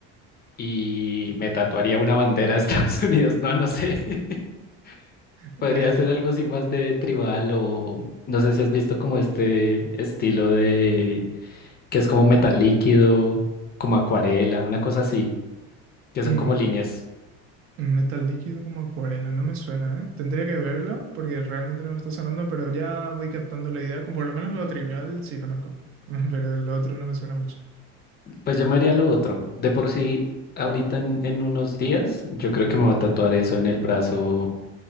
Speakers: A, on the left; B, on the right.
A: y me tatuaría una bandera de <laughs> Estados Unidos. No, no sé. <laughs>
B: Eh,
A: Podría ser algo así más de tribal o no sé si has visto como este estilo de que es como metal líquido, como acuarela, una cosa así, que son
B: mm,
A: como líneas.
B: metal líquido como acuarela, no me suena, ¿eh? Tendría que verlo porque realmente no me está sonando, pero ya voy captando la idea, como por lo menos lo trivial sí conozco, <laughs> pero el otro no me suena mucho.
A: Pues yo me haría lo otro. De por sí, ahorita en, en unos días, yo creo que me va a tatuar eso en el brazo,